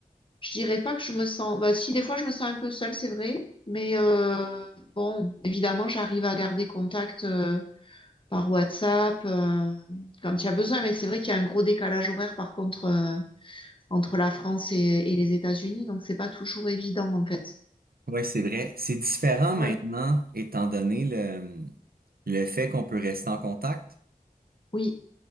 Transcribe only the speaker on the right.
Ouais, c'est vrai. C'est différent
maintenant, étant donné le, le fait qu'on peut rester en contact.